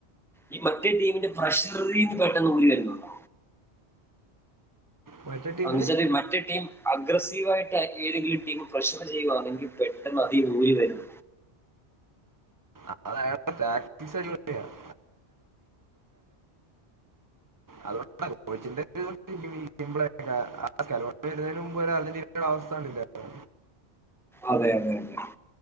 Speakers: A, in the centre; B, on the right.
A: ഈ മറ്റേ ടീമിന്റെ പ്രഷറിന്ന് പെട്ടെന്ന്ലി വരുന്നുണ്ടോ.
B: മറ്റേ ടീമിന്
A: <unintelligible> മറ്റേ ടീം അഗ്രസീവ് ആയിട്ട് ഏതെങ്കിലും ടീം പ്രഷർ ചെയ്യുവാണെങ്കിൽ പെട്ടെന്ന് അതിന് ഉരി വരും
B: അത്‌ അയാൾടെ <inaudible> അടിപൊളിയാ <inaudible> അതുകൊണ്ടാ ചോദിച്ചിട്ട് ഒന്നും തിരിഞ്ഞില്ല സിംപിൾ ആയിട്ടേ <inaudible> അർജുന്റിന ടെ അവസ്ഥ കണ്ടില്ലാരുന്നോ?
A: അതെ അതെ അതെ